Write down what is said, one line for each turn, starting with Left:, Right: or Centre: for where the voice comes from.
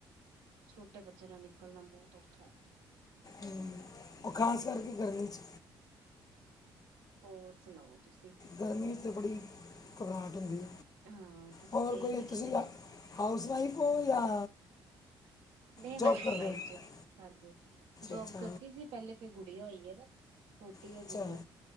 Right: ਛੋਟੇ ਬੱਚੇ ਨਾਲ ਨਿਕਲਣਾ ਬਹੁਤ ਔਖਾ।
Left: ਹਮ, ਉਹ ਖ਼ਾਸ ਕਰਕੇ ਗਰਮੀ 'ਚ।
Right: ਹੋਰ ਸੁਣਾਓ? ਤੁਸੀਂ?
Left: ਗਰਮੀ ਤੇ ਬੜੀ ਘਬਰਾਹਟ ਹੁੰਦੀ
Right: ਹਾਂ ਤੁਸੀਂ
Left: ਹੋਰ
Right: ਗਏ
Left: ਕੋਈ,
Right: ਨੀ ਕਿਤੇ?
Left: ਤੁਸੀਂ ਹਾਊਸ ਵਾਈਫ ਹੋ ਜਾਂ
Right: ਨਹੀਂ
Left: ਜੌਬ
Right: ਹਾਊਸਵਾਾਈਫ
Left: ਕਰਦੇ ਹੋ ਅੱਛਾ
Right: ਜੀ, ਹਾਂਜੀ, ਜੋਬ
Left: ਅੱਛਾ
Right: ਕਰਦੀ ਸੀ ਪਹਿਲੇ ਫਿਰ ਗ ਗੁੜਿਆ ਹੋਈ ਹੈ ਨਾ, ਛੋਟੀ
Left: ਅੱਛਾ
Right: ਆ ਗੁੜੀਆ,